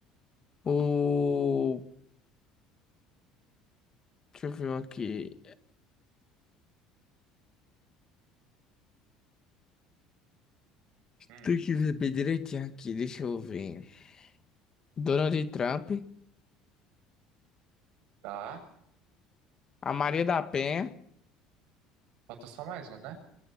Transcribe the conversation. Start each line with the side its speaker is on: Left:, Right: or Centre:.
Left: O... Deixa eu ver um aqui.
Right: Hum.
Left: Tem que ver bem direitinho aqui, deixa eu ver. Donald Trump.
Right: Tá.
Left: A Maria da Penha.
Right: Falta só mais um, né?